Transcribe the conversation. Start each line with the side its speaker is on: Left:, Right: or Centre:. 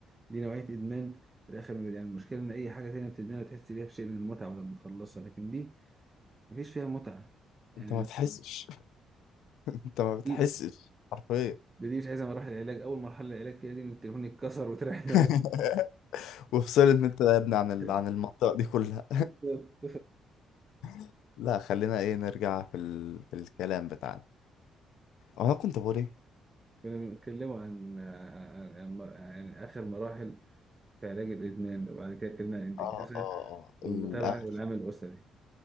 Right: دي نوعية ادمان في الاخر ما بي- يعني المشكلة ان اي حاجة تانية بتدمنها تحس بيها بشيء من المتعة بعد ما تخلصها لكن دي مفيش فيها متعة يعني
Left: انت ما بتحسش <laughs> انت ما بتحسش
Right: دي
Left: حرفيا
Right: دي, دي مش عايزة مراحل العلاج اول مرحلة العلاج فيها دي ان التليفون يتكسر وتريح دماغك.
Left: <laughs> وفصلت من انت يا ابني عن ال-
Right: <laughs>
Left: عن المنطقة دي كلها
Right: بالظبط.
Left: <laughs> لا خلينا ايه نرجع في ال... في الكلام بتاعنا انا كنت بقول ايه
Right: كنا بنتكلم عن عن, عن, عن اخر مراحل في علاج الادمان وبعد كده اتكلمنا عن الانتكاسة
Left: اه اه اه
Right: والمتابعة
Left: الاهل
Right: والعمل الاسري